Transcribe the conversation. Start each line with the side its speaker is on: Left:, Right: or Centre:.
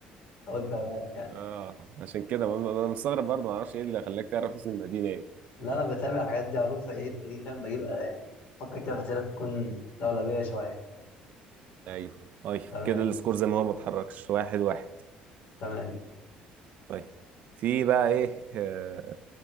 Left: فقلت اقولها لك يعني
Right: آه عشان كده ما- ما- أنا مستغرب برضه معرفش إيه اللي خلاك تعرف اسم المدينة إيه
Left: لا انا بتابع الحاجات دي على طول فايه تلاقيني فاهم بجيب آه، يعني افكر كده في اسئله تكون لولبيه شويه
Right: أيوه طيب
Left: تمام
Right: كده السكور زي ما هو ما اتحركش واحد واحد
Left: تمام
Right: طيب في بقى ايه آه،